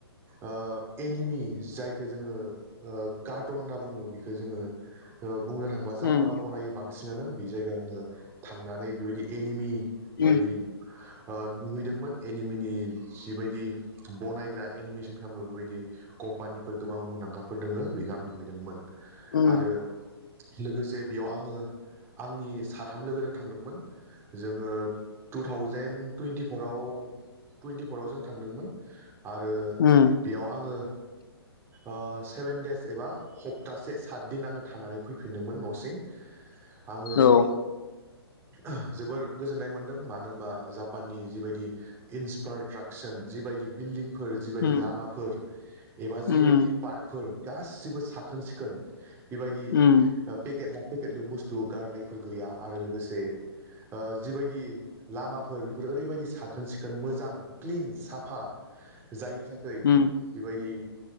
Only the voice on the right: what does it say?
ओ एनिमि जायखो जोङो ओ कार्टन होनना बुङो बेखो जोङो। ओ बुंनो थाङोबा जापानाव
बनायो बां बांसिनानो बे जायगायावनो थांनानै बिबायदि एनिमि बेबायदि
ओ नुहैदोंमोन एनिमिनि जिबायदि बनायग्रा एनिमेसन खालामग्रा बेबायदि कम्पानिफोर गोबां मुंदांखाफोर दङ बेखौ आं नुहैदोंमोन।
आरो लोगोसे बेयाव आङो आंनि साथाम लोगजों थांदोंमोन। जोङो टु थावजेेन टुइन्टिफराव टुइन्टिफराव जों थांदोंमोन आरो
बेयाव आङो ओ सेभेन देस एबा सप्तासे सात दिन आङो थानानै फैफिनदोंमोन न सिं आङो
ओ जोबोर गोजोननाय मोन्दों मानो होनबा जापाननि जिबायदि इनफ्रास्ट्राकसार जिबायदि बिल्दिं फोर जिबायदि
लामाफोर एबा जिबायदि
पार्कफोर गासै गासिबो साखोन सिखोन बेबायदि
पेकेट ला पेकेटलु बुस्थु गारनायफोर गैया आरो लोगोसे ओ जिबायदि लामाफोर बेफोर ओरैबायदि साखोन सिखोन मोजां क्लिन साफ फा जायनि थाखाय
बेबायदि